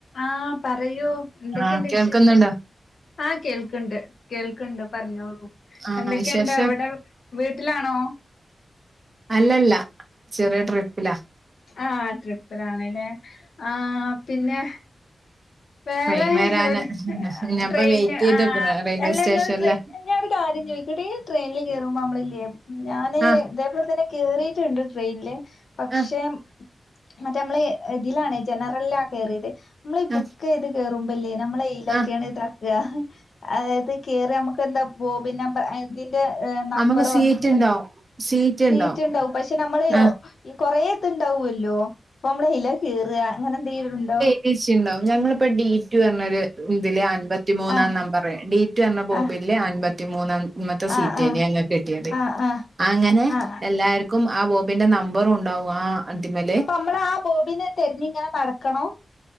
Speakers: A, on the left; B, on the right.
A: ആ പറയൂ എന്തക്കെണ്ട്
B: ആഹ് കേൾക്കുന്നുണ്ടോ
A: വിശേഷം ആഹ് കേൾക്ക്ണ്ട് കേൾക്ക്ണ്ട് പറഞ്ഞോളൂ
B: ആഹ്
A: എന്തക്കെയുണ്ട്
B: വിശേഷം
A: അവിടെ വീട്ടിലാണോ
B: അല്ലല്ല ചെറിയ ട്രിപ്പിലാ
A: ആഹ് ട്രിപ്പിലാണ്ല്ലേ ആഹ് പിന്നെ വേറെ
B: ട്രെയിൻ വരാന്
A: അവിടെ
B: ഞാൻപ്പ
A: ട്രെയിന്
B: വെയിറ്റ് ചെയ്ത് നിക്കണ് റെയിൽവേ
A: അല്ല
B: സ്റ്റേഷനില്
A: നിങ്ങള് ട്രെന് ഞാൻ ഒരു കാര്യം ചോയ്ക്കട്ട ഈ ട്രെയിനില് കേറുമ്പോ നമ്മളില്ലേ ഞാന്
B: ആഹ്
A: ഇതേപോലെ തന്നെ കേറിട്ട്ണ്ട് ട്രെയിനില് പക്ഷെ
B: ആഹ്
A: മറ്റേ നമ്മള് ഇതിലാണ് ജനറലാ കേറിയത് നമ്മള് ഇ ബുക്
B: ആഹ്
A: ക്കേ ഇത് കേറുമ്പല്ലേ നമ്മളെ എയിലക്കെയാണ്
B: ആഹ്
A: ഇതാക്കാ അതാത് കേറി നമുക്ക് എന്താ ബോബിന അതിന്റെ നമ്പറോ
B: നമുക്ക് സീറ്റ്
A: എന്തെങ്കിലും
B: ഉണ്ടാവും
A: സീറ്റ്
B: ഉണ്ടാവും
A: ഇണ്ടാവും പക്ഷെ നമ്മള്
B: ആഹ്
A: ഈ കൊറെ ഇത്ണ്ടാവുല്ലോ അപ്പ നമ്മള് എയ്ല കേറുക അങ്ങനെ എന്തേലുണ്ടോ
B: <unintelligible> ഇണ്ടാവും ഞങ്ങളിപ്പ ഡേയ്റ്റ് പറഞ്ഞൊര് ഇതില് അമ്പപത്തിമൂന്നാം
A: ആഹ്
B: ന പറയു ഡി റ്റു എന്ന ബോഗൻല്
A: ആഹ്
B: അൻമ്പത്തി മൂന്നാം മത്തെ സീറ്റ്ന്നയാ
A: ആഹ് ആഹ്
B: അങ്ങക്ക് കിട്ടിയത്
A: ആഹ് ആഹ്
B: അങ്ങനെ
A: ആഹ്
B: എല്ലാർ കും ആ ബോബിന്റെ നമ്പറും ഉണ്ടാവും ആ അതിമേലെ
A: നമ്മളാ ബോബിനെ തെരഞ്ഞിങ്ങനെ നടക്കണോ